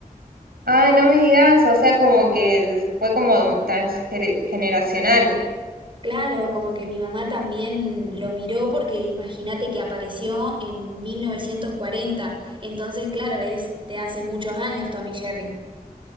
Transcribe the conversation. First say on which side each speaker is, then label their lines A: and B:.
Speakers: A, on the right; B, on the right.
A: Ah, no me digas, o sea, como que fue como transgeneracional.
B: Claro, como que mi mamá también lo miró porque imagínate que apareció en 1940, entonces claro, es de hace muchos años Tommy Jerry.